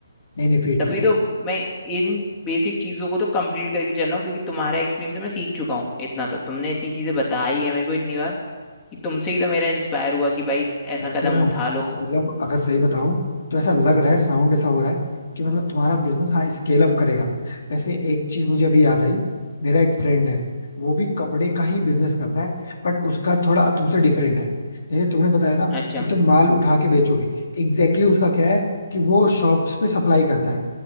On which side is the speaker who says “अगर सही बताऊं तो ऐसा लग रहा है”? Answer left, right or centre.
Left